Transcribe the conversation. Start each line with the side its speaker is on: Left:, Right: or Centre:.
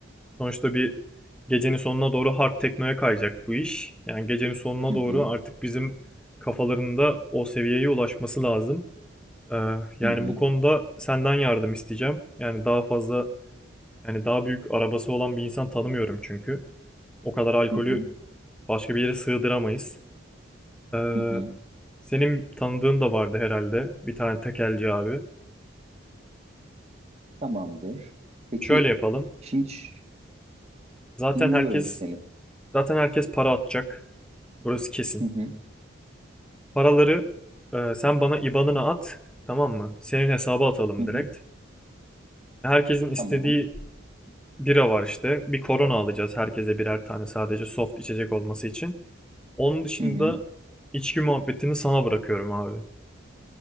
Centre: sonuçta bir gecenin sonuna doğru hard teknoya kayacak bu iş. Yani gecenin sonuna
Right: Hı hı,
Centre: doğru artık bizim kafalarında o seviyeye ulaşması lazım. Ee, yani
Right: hı hı,
Centre: bu konuda senden yardım isteyeceğim. Yani daha fazla Yani daha büyük arabası olan bir insan tanımıyorum çünkü. O kadar alkolü
Right: hı hı,
Centre: başka bir yere sığdıramayız. Ee,
Right: hı hı.
Centre: senin tanıdığın da vardı herhalde. Bir tane tekelci abi.
Right: Tamamdır. Peki
Centre: Şöyle yapalım.
Right: şimdi ş-
Centre: Zaten
Right: dinliyorum
Centre: herkes
Right: seni.
Centre: zaten herkes para atacak. Burası kesin.
Right: Hı hı,
Centre: Paraları e, sen bana IBAN'ına at. Tamam mı? Senin hesaba atalım
Right: hı hı.
Centre: direkt. Herkesin istediği
Right: Tamam.
Centre: bira var işte. Bir korona alacağız herkese birer tane sadece soft içecek olması için. Onun dışında
Right: Hı hı.
Centre: içki muhabbetini sana bırakıyorum abi.